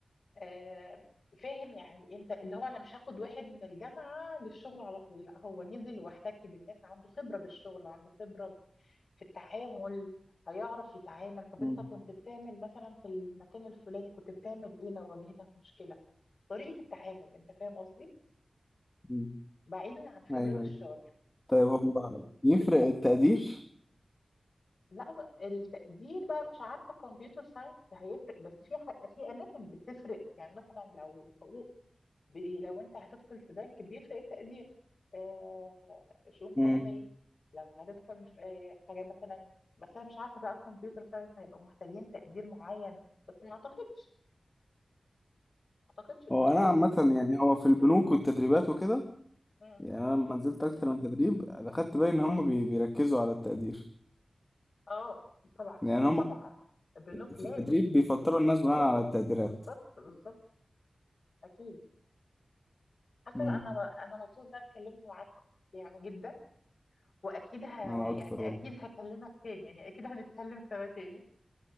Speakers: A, on the left; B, on the left.
A: آه فاهم يعني انت اللي هو انا مش هاخد واحد من الجامعة للشغل على طول لا هو نزل واحتك بالناس عنده خبرة بالشغل عنده خبرة في التعامل هيعرف يتعامل طب
B: مم.
A: انت كنت بتعمل مثلا في المكان الفلاني كنت بتعمل ايه لو واجهتك مشكلة طريقة التعامل انت فاهم قصدي
B: مم.
A: بعيدا عن خبرة
B: ايوه
A: الشغل
B: ايوه طيب هو يفرق التقدير
A: لا بقى التقدير بقى مش عارفة كمبيوتر ساينس هيفرق بس في ح- في اماكن بتفرق يعني مثلا لو حقوق بي- لو انت هتدخل في بنك بيفرق التقدير آه شؤون قانونية
B: امم
A: لو هتدخل مش آه حاجة مثلا بس انا مش عارفة بقى الكمبيوتر ساينس هيبقى محتاجين تقدير معين بس ما اعتقدش اعتقدش الجزئيه
B: هو انا عامة
A: دي
B: يعني هو في البنوك والتدريبات وكده
A: مم.
B: يعني انا لما نزلت اكتر من تدريب اخدت بالي ان هم بي- بيركزوا على التقدير
A: اه طبعا
B: يعني هم
A: طبعا بنوك
B: في
A: لازم
B: التدريب بيفلتروا الناس بناء على التقديرات
A: بالظبط بالظبط اكيد حسن
B: امم
A: انا انا مبسوط ان انا اتكلمت معاك يعني جدا واكيد ه...
B: انا
A: يعني
B: اكتر والله
A: اكيد هكلمك تاني يعني اكيد هنتكلم سوا تاني